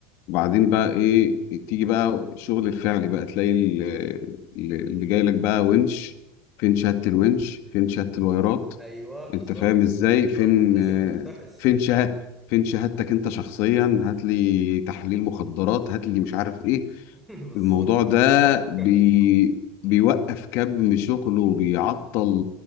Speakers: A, on the left; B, in the centre.
A: وبعدين بقى ايه تيجي بقى الشغل الفعلي بقى تلاقي ال- ال- اللي جاي لك بقى ونش فين شهادة الونش فين شهادة الوايرات
B: ايوه بالظبط
A: انت فاهم ازاي
B: بالظبط
A: فين
B: لازم
A: آه،
B: يتفحص
A: فين شهادة فين شهادتك انت شخصيا هات لي تحليل مخدرات هات لي مش عارف ايه
B: <laughs> بالظبط
A: الموضوع ده
B: بالظبط
A: بي... بيوقف كم شغله وبيعطل